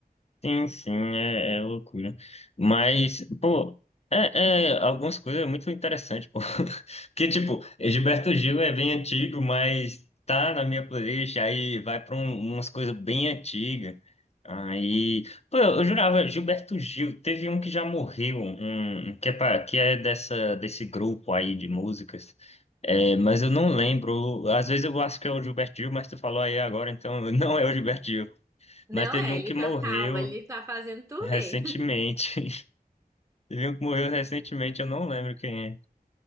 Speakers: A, on the left (about 40°); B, on the right (about 20°).
A: Sim, sim, é, é loucura. Mas, pô, é, é algumas coisas é muito interessante, pô. <laughs> Porque, tipo, Gilberto Gil é bem antigo, mas tá na minha playlist, aí vai pra um- umas coisas bem antigas. Aí, pô, eu jurava, Gilberto Gil, teve um que já morreu, um, um que é, pa- que é dessa, desse grupo aí de músicas. É, mas eu não lembro. Às vezes eu acho que é o Gilberto Gil, mas tu falou aí agora, então <laughs> não é o Gilberto Gil.
B: Não
A: Mas teve
B: é,
A: um
B: ele
A: que
B: tá
A: morreu.
B: calmo, ele tá fazendo turnê.
A: Recentemente. <laughs> Teve um que morreu recentemente, eu não lembro quem é.